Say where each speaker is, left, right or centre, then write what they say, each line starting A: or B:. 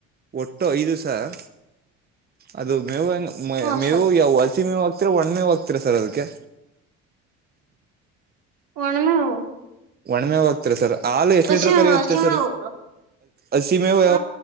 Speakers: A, on the right; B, on the right.
A: ಒಟ್ಟು ಐದು ಸರ್ ಅದು ಮೇವು
B: ಹ್ಮ
A: ಮೇವು
B: ಸ
A: ಯಾವ ಹಸಿಮೇವು ಆರ ಒಣ್ಮೆ ಹೋಗ್ತೀರ ಸರ್ ಅದಕ್ಕೆ
B: ಒಣ ಮೇವು
A: ಒಣ ಮೇವಾಗಗ್ತರ ಸರ್ ಹಾಲು ಎಷ್ಟು
B: ಹಸಿ
A: ಲೀಟ್ರ ಕರಿಯುತ್ತೆ
B: ಹಸಿಮೆವು
A: ಸರ್ ಹಸಿ ಮೇವು
B: ಹ